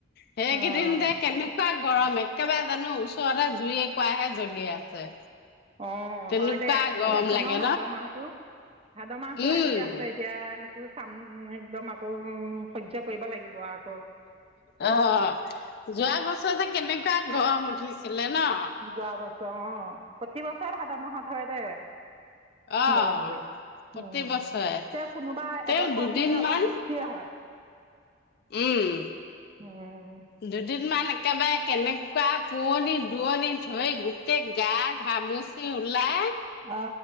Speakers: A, on the left; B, on the right.
A: সেইকেইদিন
B: অঁ
A: যে কেনেকুৱা গৰম এক একেবাৰে জানো ওচৰতে জুই কোৱাহে জ্বলি আছে
B: অ
A: তেনেকুৱা
B: হয় দে আহি
A: গৰম
B: আছে
A: লাগে
B: ন ভাদ মাহটো ভাদ মাহতো
A: উম
B: আহি আছে এতিয়া তটো চাম একদম আকৌ সয্য কৰিব লাগিব আকৌ
A: আহ যোৱা বছৰ যে কেনেকুৱা গৰম উঠিছিল আছিলে ন
B: যোৱা অ প্ৰতি বছৰ ভাদৰ মহাত হয় দে
A: অ
B: গৰমটো
A: প্ৰতি
B: উম
A: বছৰে
B: তে কোনোবা
A: তেওঁ
B: এবছৰত
A: দুদিনমান
B: মানে অলপ বেছিয়ে হয়
A: উম
B: উম
A: দুদিনমান একেবাৰে কেনে কিবা পোৱণি দুৱনি ধৰি গোটেই গা ঘামচি ওলাই
B: অ